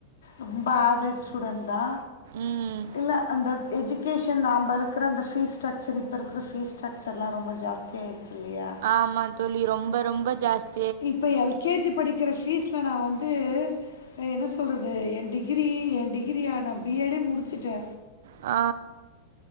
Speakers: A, on the left (about 60°); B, on the right (about 55°).
A: ரொம்ப ஏவேரேஜ் ஸ்டூடென் தா
B: ம்
A: இல்ல அந்த எஜுகேஷன் நாம்ப இருக்குற அந்த ஃபீஸ் ஸ்ட்ரக்சர் இப்ப இருக்குற ஃபிஸ் ஸ்டரக்சர்லா ரொம்போ ஜாஸ்தி ஆயிடுச்சி இல்லியா
B: ஆமா தோழி ரொம்ப ரொம்ப ஜாஸ்தி
A: இப்ப எல் கே ஜி படிக்கிற ஃபீஸ்ல நா வந்து என்ன சொல்றது எ டிகிரி எ டிகிரியா நா பி எட் டே முடிச்சிட்டே
B: ஆ